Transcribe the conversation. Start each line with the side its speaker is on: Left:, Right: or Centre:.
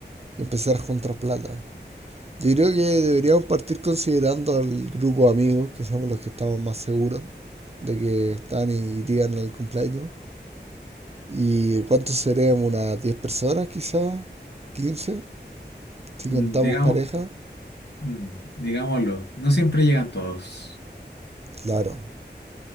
Right: empezar a juntar plata. Yo creo que deberíamos partir considerando al grupo de amigos, que somos los que estamos más seguros de que están y llegan al cumpleaños. ¿Y cuántos seremos? ¿Unas 10 personas quizás? quince Si
Left: Mm,
Right: contamos
Left: Digamos,
Right: pareja.
Left: mm, digámoslo, no siempre llegan todos.
Right: Claro.